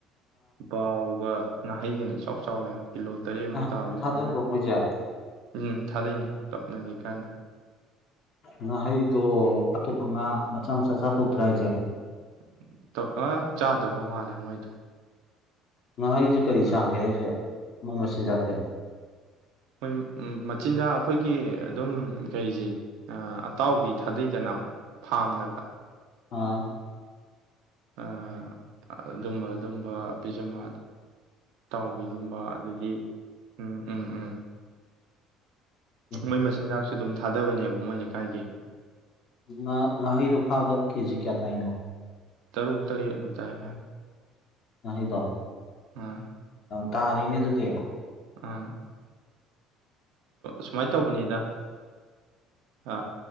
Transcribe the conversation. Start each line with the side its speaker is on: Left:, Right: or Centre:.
Right: ꯕꯥꯎꯒ ꯉꯥꯍꯩꯒꯅ ꯏꯆꯥꯎ ꯆꯥꯎꯋꯦ ꯀꯤꯂꯣ ꯇꯔꯦꯠꯃꯨꯛ
Left: ꯉꯥꯍꯩꯁꯨ
Right: ꯇꯥꯕ ꯌꯥꯎꯔꯝꯃꯦ꯫
Left: ꯊꯥꯗꯕ꯭ꯔꯣ ꯃꯣꯏꯁꯦ
Right: ꯎꯝ ꯊꯥꯗꯩꯅꯦ ꯀ꯭ꯂꯞꯅ ꯂꯩꯀꯥꯏꯅ꯫
Left: ꯉꯥꯍꯩꯗ ꯑꯊꯣꯞꯄ ꯅꯉꯥ ꯃꯆꯥ ꯃꯆꯥ ꯆꯥꯊꯣꯛꯇ꯭ꯔ ꯍꯥꯏꯁꯦ꯫
Right: <unintelligible> ꯑ ꯆꯥꯗꯕ ꯃꯥꯜꯂꯦ ꯃꯣꯏꯗꯣ꯫
Left: ꯉꯍꯩꯁꯦ ꯀꯔꯤ ꯆꯥꯒꯦ ꯍꯥꯏꯁꯦ꯫ ꯑꯃ ꯃꯆꯤꯟꯖꯥꯛꯁꯦ
Right: ꯍꯣꯏ ꯃꯆꯤꯟꯖꯥꯛ꯫ ꯑꯩꯈꯣꯏꯒꯤ ꯑꯗꯨꯝ ꯀꯩꯁꯦ ꯑꯇꯥꯎꯕꯤ ꯊꯥꯗꯩꯗꯅ ꯐꯥꯝꯗꯒ꯫
Left: ꯑꯥ꯫
Right: ꯑ ꯑꯗꯨꯝꯕ ꯑꯗꯨꯝꯕ ꯄꯤꯖ ꯃꯥꯜꯂꯦ꯫ ꯆꯥꯎꯕꯤꯒꯨꯝꯕ ꯑꯗꯒꯤ ꯎꯝ ꯎꯝ ꯎꯝ꯫
Left: ꯑꯦ
Right: ꯃꯣꯏ ꯃꯆꯤꯟꯖꯥꯛꯁꯨ ꯑꯗꯨꯝ ꯊꯥꯗꯕꯅꯦꯕ ꯃꯣꯏ ꯂꯩꯀꯥꯏꯒꯤ
Left: ꯉ ꯉꯥꯍꯩꯗꯣ ꯐꯥꯕꯗ ꯀꯦꯖꯤ ꯀꯌꯥ ꯇꯏꯅꯣ
Right: ꯇꯔꯣ ꯇꯔ ꯅꯨꯇꯑ ꯍꯥꯏ
Left: ꯑ ꯏꯗꯣ
Right: ꯑꯥ
Left: ꯇꯥ ꯑꯔꯅꯤ ꯑꯗꯨꯗꯤ
Right: ꯎꯝ ꯁꯨꯃꯥꯏꯅ ꯇꯧꯕꯅꯤꯗ ꯑ